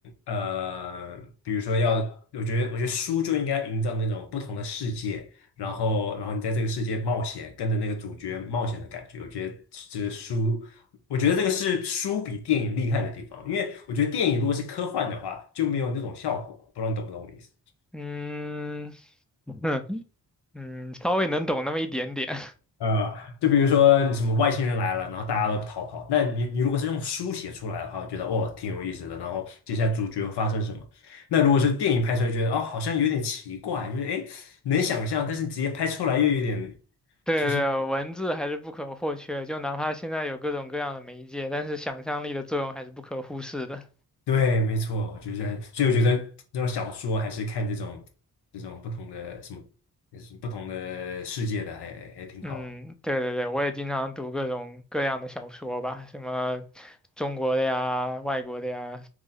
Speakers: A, on the left; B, in the centre.
A: 呃，比如说要，我觉得我觉得书就应该营造那种不同的世界，然后然后你在这个世界冒险，跟着那个主角冒险的感觉。我觉得这个书，我觉得这个是书比电影厉害的地方，因为我觉得电影如果是科幻的话，就没有那种效果。不知道你懂不懂我的意思？
B: 嗯，<laughs> 嗯，稍微能懂那么一点点。<laughs>
A: 呃，就比如说你什么外星人来了，然后大家都逃跑。那你你如果是用书写出来的话，我觉得哦挺有意思的。然后接下来主角会发生什么？那如果是电影拍出来，觉得哦好像有点奇怪，就是诶能想象，但是直接拍出来又有点
B: 对对，
A: 就是
B: 文字还是不可或缺，就哪怕现在有各种各样的媒介，但是想象力的作用还是不可忽视的。
A: 对，没错，我觉得所以我觉得这种小说还是看这种这种不同的什么，就是不同的世界的还还挺好的。
B: 嗯，对对对，我也经常读各种各样的小说吧，什么中国的呀、外国的呀、